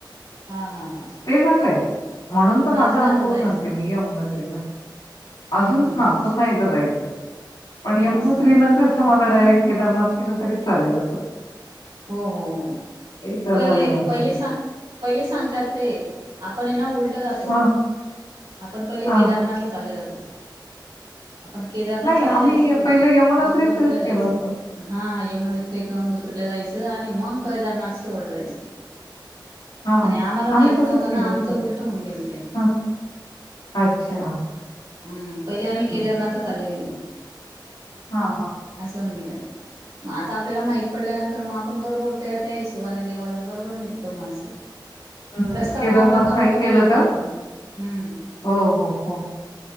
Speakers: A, on the right (about 75°); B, on the left (about 85°).
A: हा हा हा
B: ते झालंय म्हणून
A: पण
B: तर माझा
A: अजून आता
B: अनुभव
A: जायचंय
B: सांगते मी यामोनत्रीचा
A: हम्म
B: अजून
A: हम्म
B: हा पुन्हा एकदा जायचंय पण
A: हम्म
B: यमुनोत्री
A: असं
B: न चढति मला डायरेक्ट केदारनाथ केलं तरीच चालेल असं
A: हो हो हो
B: एकदा
A: पहिले
B: झालं यमुनोत्री.
A: पहिले सां पहिले सांगतात ते आपण हे ना उलट जातो
B: हां.
A: आपण पहिले
B: हां.
A: केदारनाथ ला चाले जातो तो आपण केदारनाथला
B: आम्ही
A: नाही जायचं पहिले
B: पहिलं यमुनात्रीतच
A: गंगोत्रीला जायचं
B: केलं होतं.
A: हा यमुनेत्री गंगोत्रीला जायचं आणि मग केदारनाथ शेवट जायचं
B: हा
A: आणि आम्हाला माहित
B: आम्ही तसच
A: नव्हतं
B: केलं
A: ना आमचं
B: होत
A: उलट होऊन गेलं ते
B: हा अच्छा
A: हम् पहिले आम्ही
B: हं.
A: केदारनाथला चाले गेलो
B: हां, हां.
A: असं होऊन गेले हो मग आता आपल्याला माहित पडल्यानंतर तर मग आपण बरोबर त्या त्या हिशोबाने लेवलने बरोबर निघतो मग असं
B: हं.
A: रस्ता
B: केदारनाथ
A: पण आपला कमी
B: पायी
A: कमी
B: केलं
A: होत जातो
B: का?
A: ना हम्
B: हो, हो, हो.